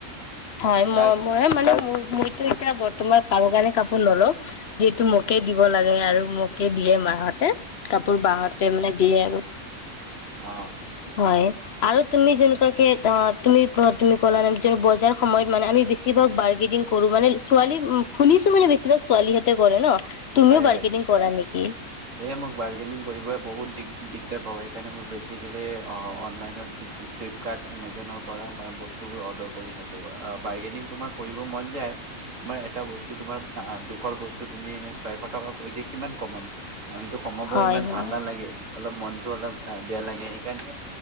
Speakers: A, on the left; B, on the right.
A: হয়, মই
B: কাৰ
A: মই মানে মোৰ মোৰ। এতিয়া বৰ্তমান কাৰো কাৰণে কাপোৰ নলওঁ। যিহেটো মোকে দিব লাগে আৰু, মোকে দিয়ে মাহতে কাপোৰ বাহতে মানে দিয়ে আৰু।
B: অ,
A: হয় আৰু তুমি যেনেকুৱাকে অ তুমি তুমি ক'লা ন বজাৰ। সময়ত মানে আমি বেছিভাগ বাৰ্গেনিং কৰো মানে ছোৱালী শুনিছো মানে বেছিভাগ ছোৱালীহতে কৰে ন। তুমিও
B: হয়,
A: বাৰ্গেনিং
B: হয়
A: কৰা নেকি
B: এ মই বাৰ্গেনীং কৰিবই বহুত। দিগ দিগদাৰ পাও সেইকাৰণে মই বেছিকেলি অনলাইনত ফ্লিপকাৰ্ট এমজনৰ পৰা মই বস্তুবোৰ অৰ্ডাৰ কৰি থাকোঁ, বাৰ্গেনিং তোমাৰ কৰিব মন যায় তোমাৰ এটা বস্তু তোমাৰ দুখৰ বস্তু তুমি এ। ছয়শ টকা কৈ দি কিমান কমাম। আমিতো কমাব
A: হয়
B: ইমান
A: হয়
B: ভাল নালাগে। অলপ মনতটো অলপ বেয়া লাগে সেইকাৰণে